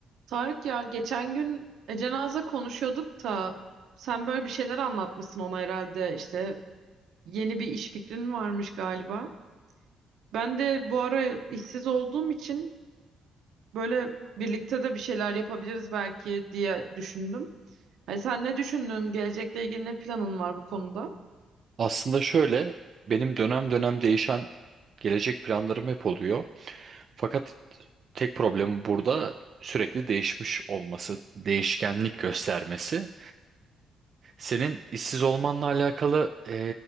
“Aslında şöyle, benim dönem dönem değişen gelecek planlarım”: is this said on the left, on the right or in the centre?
Right